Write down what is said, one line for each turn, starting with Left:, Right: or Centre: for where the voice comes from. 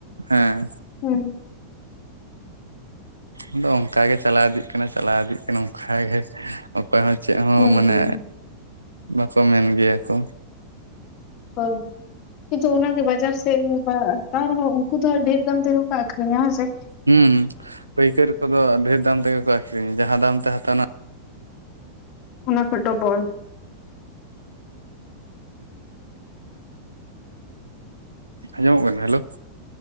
Right: ᱦᱮᱸ᱾
Left: ᱦᱮᱸ᱾
Right: ᱟᱫᱚ ᱚᱱᱠᱟᱜᱮ ᱪᱟᱞᱟᱣ ᱤᱫᱤᱜ ᱠᱟᱱᱟ ᱪᱟᱞᱟᱣ ᱤᱫᱤᱜ ᱠᱟᱱᱟ ᱚᱱᱠᱟᱜᱮ᱾ ᱚᱠᱚᱭ ᱦᱚᱸ ᱪᱮᱫ ᱦᱚᱸ
Left: ᱦᱩᱸ
Right: ᱢᱟᱱᱮ
Left: ᱦᱩᱸ ᱦᱩᱸ
Right: ᱵᱟᱠᱚ ᱢᱮᱱ ᱜᱮᱭᱟ ᱠᱚ᱾
Left: ᱦᱳᱭ᱾ ᱠᱤᱱᱛᱩ ᱚᱱᱟᱜᱮ ᱵᱟᱡᱟᱨ ᱥᱮᱫ ᱨᱮ ᱛᱟᱣ ᱨᱮᱦᱚᱸ ᱩᱱᱠᱩ ᱫᱚ ᱰᱷᱮᱨ ᱫᱟᱢ ᱛᱮᱜᱮ ᱠᱚ ᱟᱠᱷᱨᱤᱧᱟ ᱦᱮᱸᱥᱮ᱾
Right: ᱦᱩᱸ ᱯᱟᱹᱭᱠᱟᱹᱨ ᱠᱚᱫᱚ ᱰᱷᱮᱨ ᱫᱟᱢ ᱛᱮᱜᱮ ᱠᱚ ᱟᱠᱷᱨᱤᱧᱟ ᱡᱟᱦᱟᱸ ᱫᱟᱢ ᱛᱮ ᱦᱟᱛᱟ ᱱᱟ
Left: ᱚᱱᱟ ᱠᱷᱚᱡ ᱰᱚᱵᱚᱞ᱾
Right: ᱟᱸᱡᱚᱢᱚᱜ ᱠᱟᱱᱟ ᱦᱮᱞᱳ,